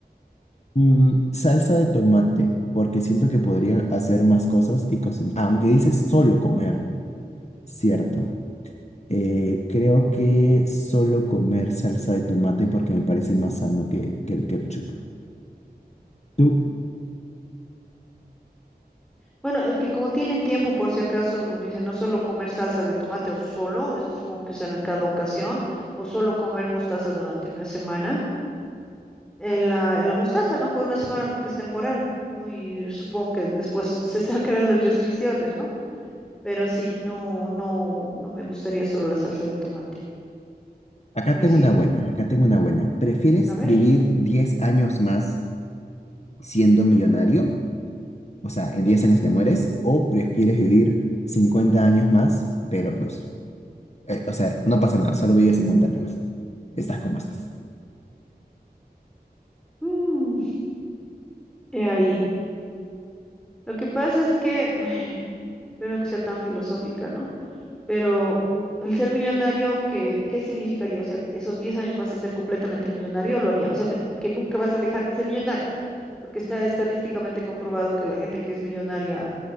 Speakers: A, on the left (about 40°); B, in the centre.
A: Mm, salsa de tomate, porque siento que podría hacer más cosas y cocinar. Aunque dices solo comer, cierto. Eh, creo que solo comer salsa de tomate porque me parece más sano que, que el ketchup. ¿Tú?
B: Bueno, es que como tiene tiempo, por si acaso, uno dice no solo comer salsa de tomate o solo, es- supongo que será en cada ocasión, o solo comer mostaza durante una semana. en la, en la mostaza, ¿no? Por una semana porque es temporal, ¿no? Y supongo que después <laughs> se sacarán las restricciones, ¿no? Pero sí, no, no, no me gustaría solo la salsa de tomate.
A: Acá
B: Coincido.
A: tengo una buena, acá tengo una buena. ¿Prefieres
B: A ver.
A: vivir 10 años más siendo millonario? O sea, en 10 años te mueres, o prefieres vivir 50 años más, pero pues, eh, o sea, no pasa nada, solo vives 50 años más. Estás como estás.
B: Mm, he ahí. Lo que pasa es que, <sighs> ay, espero que sea tan filosófica, ¿no? Pero el ser millonario, ¿qué, qué significaría? O sea, ¿esos 10 años vas a ser completamente millonario o lo haría? O sea, men- que nunca vas a dejar de ser millonario, porque está estadísticamente comprobado que la gente que es millonaria